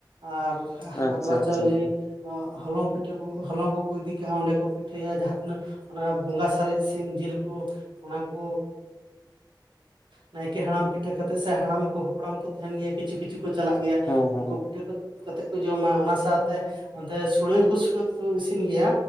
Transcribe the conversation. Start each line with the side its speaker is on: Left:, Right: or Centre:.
Right: ᱟᱨ
Left: ᱟᱪᱪᱷᱟ
Right: ᱟᱫᱣᱟ
Left: ᱟᱪᱪᱷᱟ
Right: ᱪᱟᱣᱞᱤ
Left: ᱟᱪᱪᱷᱟ
Right: ᱦᱚᱞᱚᱝ ᱯᱤᱴᱷᱟᱹ ᱠᱚ ᱦᱚᱞᱚᱝ ᱠᱚᱠᱚ ᱤᱫᱤ ᱠᱟᱜᱼᱟ ᱚᱸᱰᱮ ᱠᱚ ᱯᱤᱴᱷᱟᱹᱭᱟ ᱡᱟᱦᱟᱸᱛᱤᱱᱟᱹᱜ ᱚᱱᱟ ᱵᱚᱸᱜᱟ ᱥᱟᱨᱮᱡ ᱥᱤᱢ ᱡᱤᱞ ᱠᱩ ᱚᱱᱟ ᱠᱩ ᱱᱟᱭᱠᱮ ᱦᱟᱲᱟᱢ ᱯᱤᱴᱷᱟᱹ ᱠᱟᱛᱮᱜ ᱥᱮ ᱦᱟᱲᱟᱢ ᱩᱱᱠᱩ ᱦᱟᱯᱲᱟᱢ ᱠᱚ ᱛᱟᱦᱮᱱ ᱜᱮᱭᱟ ᱠᱤᱪᱷᱩ ᱠᱤᱪᱷᱩ ᱠᱚ ᱪᱟᱞᱟᱜ ᱜᱮᱭᱟ
Left: ᱦᱮᱸ ᱦᱮᱸ
Right: ᱩᱱᱠᱩ
Left: ᱦᱮᱸ
Right: ᱯᱤᱴᱷᱟᱹ ᱠᱚᱛᱮᱫ ᱡᱚᱢᱟ ᱚᱱᱟ ᱥᱟᱶᱛᱮ ᱚᱱᱛᱮ ᱥᱳᱲᱮ ᱦᱚᱸ ᱥᱳᱲᱮ ᱠᱚ ᱤᱥᱤᱱ ᱜᱮᱭᱟ